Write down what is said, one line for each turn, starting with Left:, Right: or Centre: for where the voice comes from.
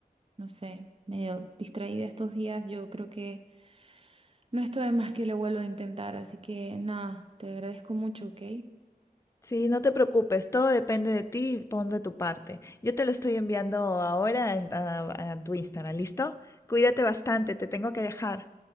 Right: no sé, medio distraída estos días, yo creo que no está de más que lo vuelvo a intentar. Así que nada, te agradezco mucho, ok.
Left: Sí, no te preocupes, todo depende de ti, y pon de tu parte. Yo te lo estoy enviando ahora en- a, a tu Instagram, ¿listo? Cuídate bastante, te tengo que dejar.